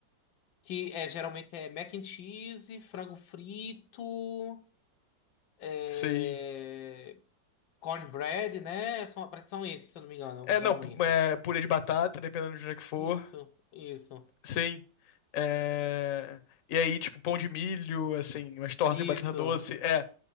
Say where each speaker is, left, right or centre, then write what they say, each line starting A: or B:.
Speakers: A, on the left; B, on the left.
A: Que é, geralmente é mac and cheese, frango frito. É...
B: Sim.
A: Cornbread, né? São, parece que são esses, se eu não me engano,
B: É,
A: geralmente.
B: não, pu- é, purê de batata, dependendo de onde é que for.
A: Isso, isso,
B: Sim. É, E aí, tipo, pão de milho, assim, umas tortas
A: isso.
B: de batata doce. É.